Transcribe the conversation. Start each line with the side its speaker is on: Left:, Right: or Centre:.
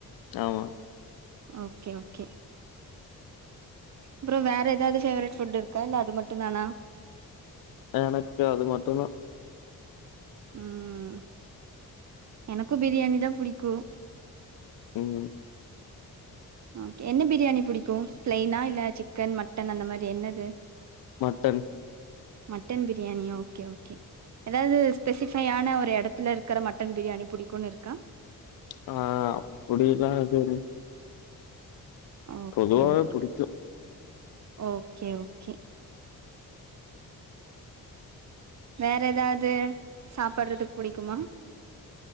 Left: ஆமா
Right: ஓகே ஓகே அப்பறம் வேற ஏதாவது ஃபேவரட் ஃபுட் இருக்கா இல்ல அது மட்டும்தானா
Left: எனக்கு அது மட்டும் தான்
Right: ம் எனக்கும் பிரியாணி தான் புடிக்கும்
Left: ம்
Right: ம் ஓகே என்ன பிரியாணி புடிக்கும் பிளைனா இல்ல சிக்கன் மட்டன் அந்த மாரி என்னது
Left: மட்டன்
Right: மட்டன் பிரியாணியோ ஓகே ஓகே ஏதாவது ஸ்பெசிஃபையான ஒரு எடத்துல இருக்குற மட்டன் பிரியாணி புடிக்குன்னு இருக்கா
Left: ஆ அப்பிடில்லா எதுவுல்ல
Right: ஓகே
Left: பொதுவா
Right: ஓ
Left: புடிக்கும்
Right: ஓகே ஓகே வேற எதாது சாப்பிறது புடிக்குமா